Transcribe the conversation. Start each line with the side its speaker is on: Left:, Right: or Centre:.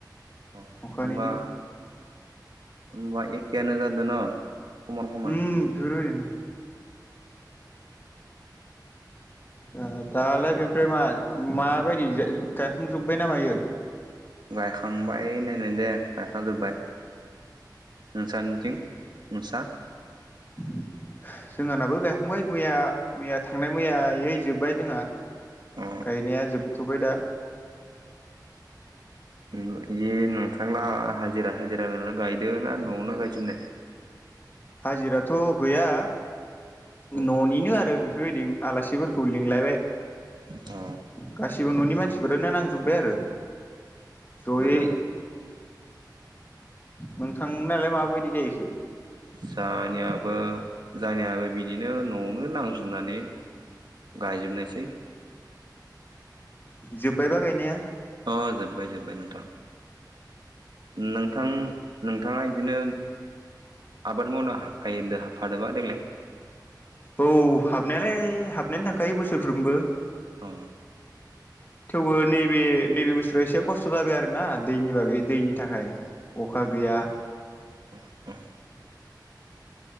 Right: अ
Left: अखानिनो
Right: होनबा होनबा एखेआनो जादों न'? समान समान
Left: उम बिफोर ओरैनो ओ दालाय बेनिफ्राय मा माबायदि गायखांजोब्बाय नामायो
Right: गायखांबाय होन्नायानो दे गायखां जोबबाय नोंस्रानिथिं नोंसा
Left: <inaudible> जोंहानाबो गायखांबाय मैया मैया थांनाय मैयै जोब्बाय जोंहा
Right: अ
Left: गायनाया जोबथ'बाय दा।
Right: उम इयो नोंथांना हाजिरा हाजिरा लानानै गायदो ना न'आवनो गायजोबनाय?
Left: हाजिराथ' गैया
Right: अ
Left: न'निनो आरो बेफोरबायदि आलासिफोरखौ लिंलायबाय
Right: अ
Left: गाससिबो न'नि मानसिफोरानो नांजोब्बाय आरो जयै
Right: मोजाङानो
Left: नोंथांनालाय मा बायदि गायहैखो
Right: जानियाबो जानियाबो बिदिनो न'आवनो नांजोबनानै गायजोबनायसै
Left: जोब्बायबा गायनाया
Right: अ जोबबाय जोब्बाय नोंथां नोंथां नोंथाङा बिदिनो आबाद मावनो हाबफायो हाबफादोबा देग्लाय
Left: औ हाबनायालाय हाबनायानो थांखायो बोसोरफ्रोमबो
Right: अ
Left: <inaudible> थेवबो नैबे नैबे बोसोराव एसे खस्थ' जाबाय आरो ना दैनि बागै दैनि थाखाय
Right: उम
Left: अखा गैया
Right: उम